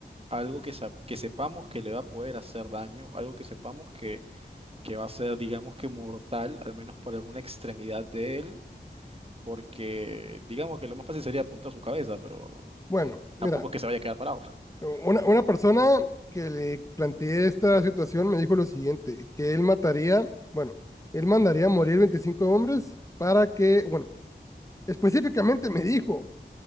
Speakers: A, on the right; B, on the left.
A: algo que, sa- que sepamos que le va a poder hacer daño, algo que sepamos que que va a ser, digamos que mortal, al menos por alguna extremidad de él, porque digamos que lo más fácil sería apuntar a su cabeza, pero
B: Bueno,
A: mm, tampoco
B: mira,
A: es que se vaya a quedar parado. <laughs>
B: una, una persona que le planteé esta situación me dijo lo siguiente, que él mataría, bueno, él mandaría a morir 25 hombres para que, bueno, específicamente me dijo